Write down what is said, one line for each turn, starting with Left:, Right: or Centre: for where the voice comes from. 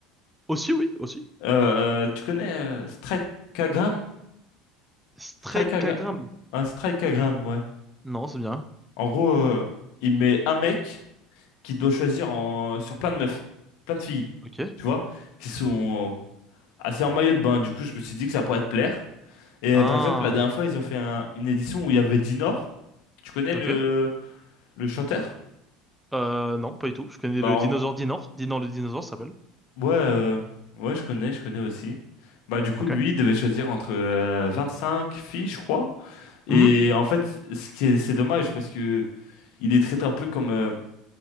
Centre: Aussi oui, aussi.
Left: Euh, euh, tu connais euh, Strikeagram?
Centre: Straight
Left: Strikeagra-
Centre: Kagram.
Left: un Strikeagram, ouais.
Centre: Non, c'est bien.
Left: En gros, euh, il met un mec qui doit choisir en, sur plein de meufs, plein de filles,
Centre: Ok.
Left: tu vois, qui sont assez en maillot de bain. Du coup, je me suis dit que ça pourrait te plaire. Et
Centre: Ah.
Left: par exemple, la dernière fois, ils ont fait un- une édition où il y avait Dinor. Tu connais
Centre: Ok.
Left: le, le chanteur?
Centre: Euh, non, pas du tout. Je connais
Left: Bah,
Centre: le dinosaure
Left: en-
Centre: Dinor. Dinor le dinosaure ça s'appelle.
Left: ouais, euh, ouais, je connais, je connais aussi. Bah, du coup,
Centre: Ok.
Left: lui, il devait choisir entre euh, cinq filles, je crois. Et
Centre: Mhm.
Left: en fait, ce qui est, c'est dommage parce que il les traite un peu comme, euh,